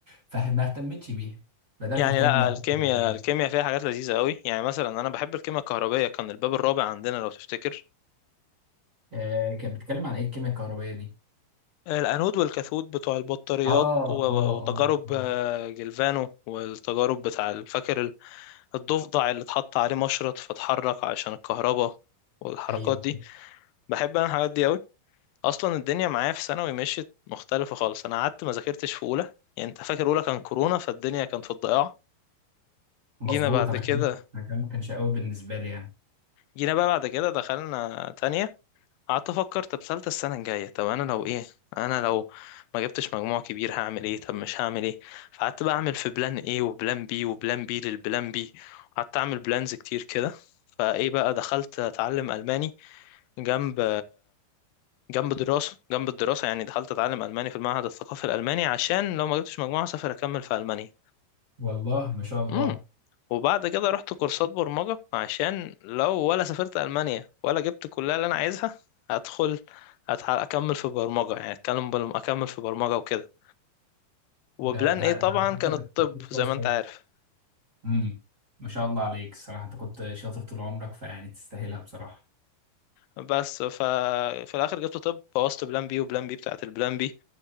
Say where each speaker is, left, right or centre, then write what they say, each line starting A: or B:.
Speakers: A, on the right; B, on the left.
A: فما اهتمتش بيها بدات
B: يعني
A: اهتم
B: لا الكيمياء
A: بالرياضه
B: الكيمياء فيها حاجات لذيذة قوي يعني مثلا انا بحب الكيمياء الكهربائية كان الباب الرابع عندنا لو تفتكر
A: آه كانت بتتكلم عن ايه الكيمياء الكهربائيه دي
B: الأنود والكاثود بتوع البطاريات
A: اه
B: و-
A: اه
B: وتجارب
A: اه اه
B: آه، جلفانو والتجارب بتاع ال- فاكر ال- الضفدع اللي اتحط عليه مشرط فاتحرك عشان الكهرباء والحركات
A: ايوه
B: دي بحب انا الحاجات دي قوي اصلا الدنيا معايا في ثانوي مشيت مختلفة خالص انا قعدت ما ذاكرتش في اولى يعني انت فاكر اولى كان كورونا فالدنيا كانت في الضياع
A: مظبوط
B: جينا بعد
A: انا
B: كده
A: كمان انا كمان ما كانش قوي بالنسبه لي يعني
B: جينا بقى بعد كده دخلنا تانية قعدت افكر طب ثالثه السنه الجايه طب انا لو ايه انا لو ما جبتش مجموع كبير هعمل ايه طب مش هعمل ايه فقعدت بقى اعمل في بلان ايه وبلان بي وبلان بي للبلان بي قعدت اعمل بلانز كتير كده فايه بقى دخلت اتعلم الماني جنب جنب دراسه جنب الدراسه يعني دخلت اتعلم الماني في المعهد الثقافي الالماني عشان لو ما جبتش مجموعه اسافر اكمل في المانيا
A: والله ما شاء الله
B: امم وبعد كده رحت كورسات برمجة عشان لو ولا سافرت ألمانيا ولا جبت الكلية اللي أنا عايزها هدخل هتح- أكمل في برمجة يعني أتكلم بل... أكمل في برمجة وكده وبلان
A: ده ده
B: إيه طبعا
A: ده على فكرة
B: كان الطب
A: تفكير
B: زي
A: كويس
B: ما أنت
A: أوي
B: عارف
A: امم ما شاء الله عليك الصراحة انت كنت شاطر طول عمرك فيعني تستاهلها بصراحة
B: بس ف... في الآخر جبت طب بوظت بلان بي وبلان بي بتاعت البلان بي